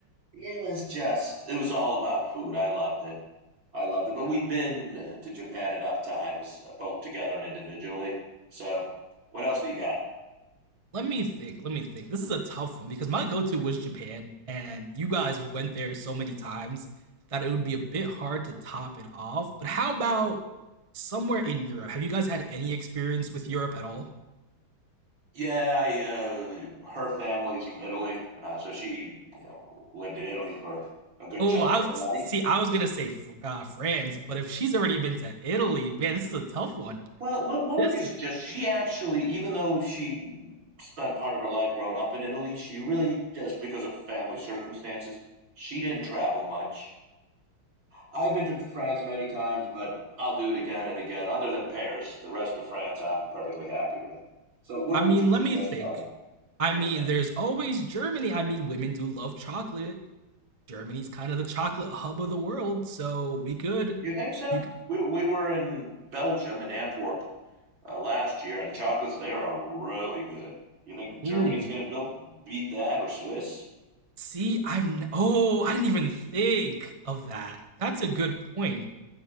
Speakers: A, on the right; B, on the right.
A: it was just it was all about food i loved it i loved it but we've been uh, to japan enough times uh, both together and individually so what else do you got
B: Let me think. Let me think. This is a tough one because my go-to was Japan and you guys went there so many times that it would be a bit hard to top it off. But how about somewhere in Europe? Have you guys had any experience with Europe at all?
A: Yeah, I, uh, her family's from Italy, uh, so she, you know, lived in Italy for a good
B: Oh,
A: chunk
B: I
A: of
B: was
A: her life.
B: see. I was gonna say uh, France, but if she's already been to Italy, man, this is a tough one.
A: Well, what what
B: This
A: would you suggest?
B: is
A: She actually, even though she spent part of her life growing up in Italy, she really just because of family circumstances, she didn't travel much. I've been to France many times, but I'll do it again and again. Other than Paris, the rest of France, I'm perfectly happy with. So, where
B: I
A: would
B: mean,
A: you
B: let
A: suggest
B: me think.
A: going?
B: I
A: In
B: mean,
A: France?
B: there's always Germany. I mean, women do love chocolate. Germany's kind of the chocolate hub of the world, so we could.
A: You think so?
B: You could,
A: We we were in Belgium in Antwerp uh, last year, and the chocolates there are really good. You think Germany's
B: ooh.
A: going to build beat that or Swiss?
B: See, I've n- oh, I didn't even think of that. That's a good point.